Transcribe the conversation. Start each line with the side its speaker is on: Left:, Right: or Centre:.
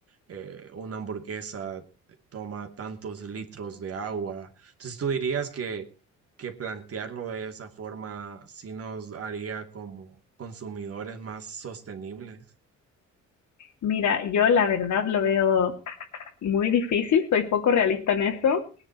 Right: eh, una hamburguesa toma tantos litros de agua. Entonces tú dirías que, que plantearlo de esa forma sí nos haría como consumidores más sostenibles.
Left: Mira, yo la verdad lo veo muy difícil, soy poco realista en eso.